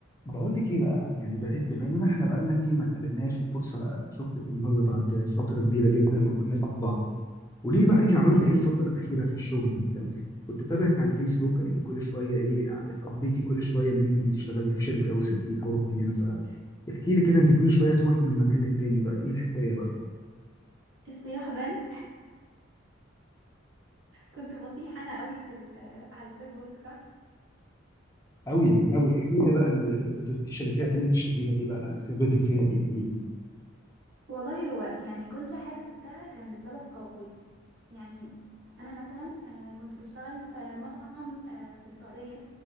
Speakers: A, on the left; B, on the right.
A: بقول لك ايه بقى يعني بقيت بما ان احنا بقالنا كتير ما اتقابلناش وفرصه شفتك النهارده بعد فتره كبيره جدا ما كناش مع بعض وليه بقى انت عملت ايه الفتره الاخيره في الشغل وبتاع كنت بتابعك على الفيسبوك الاقيكي كل شويه ايه بتابديتي كل شويه ان انت اشتغلت في شركه وسبتيها ورحتي هنا فاحكي لي كده انت كل شويه تروحي من مكان للتاني بقى ايه الحكايه بقى
B: الصياح بان كنت بصيح انا قوي في ال- آه، على الفيسبوك صح
A: قوي قوي احكي لي بقى ال- كنت الشركات اللي انت اشتكيها دي بقى خبرتك فيها ايه احكي لي
B: والله هو يعني كل حاجة سبتها كان لسبب قوي يعني انا مثلا آه، كنت بشتغل في مطعم آه، في السعودية